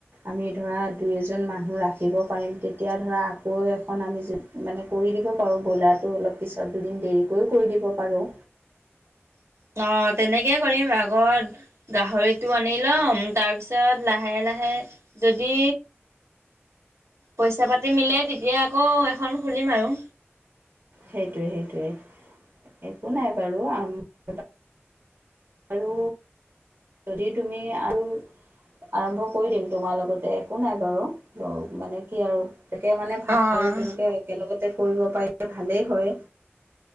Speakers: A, on the right; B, on the right.
A: আমি ধৰা দুই এজন মানুহ ৰাখিব পাৰিম। তেতিয়া ধৰা আকৌ এখন আমি মানে কৰি দিব পাৰোঁ ব্ৰইলাৰটো অলপ পিছত দুদিন দেৰিকৈ কৰোঁ। দিব পাৰোঁ।
B: <inaudible> অ তেনেকে কৰিম আগত গাহৰিটো আনি ল'ম তাৰপিছত লাহে লাহে যদি পইচা পাতি মিলে তেতিয়া আকৌ এখন খুলিম আৰু।
A: সেইটোৱে সেইটোৱে একো নাই বাৰু আ আৰু যদি তুমি আৰু আৰম্ভ কৰি দিম তোমাৰ লগতে একো নাই বাৰু মানে কি আৰু। তাকে মানে ভাল
B: অ',
A: তেনেকে একেলগতে। কৰিব পাৰিলে ভালেই হয়